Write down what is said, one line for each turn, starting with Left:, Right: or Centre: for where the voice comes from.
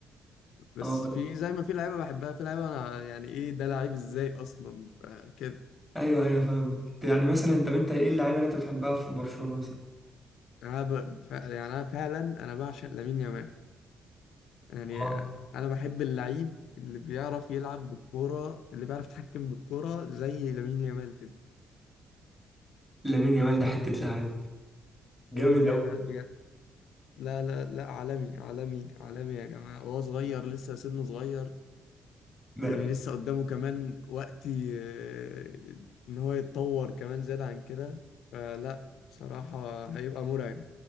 Left: بس
Centre: اه
Left: في زي ما في لعيبه بحبها في لعيبه انا يعني ايه ده لعيب ازاي اصلا ف- كده
Centre: ايوه ايوه فاهمك يعني مثلا طب انت ايه اللعيبه اللي انت بتحبها في برشلونه مثلا
Left: انا ب... ف... يعني انا فعلا انا بعشق لامين يامال يعني
Centre: اه
Left: انا بحب اللعيب اللي بيعرف يلعب بالكوره اللي بيعرف يتحكم بالكوره زي لامين يامال كده
Centre: لامين يامال ده حته لاعب
Left: لامين
Centre: جامد
Left: يامال
Centre: قوي
Left: لا لا لا عالمي عالمي عالمي يا جماعة هو صغير لسه سنه صغير
Centre: ده،
Left: يعني لسه قدامه كمان وقت ي- إن هو يتطور كمان زيادة عن كده فلا بصراحة هيبقى مرعب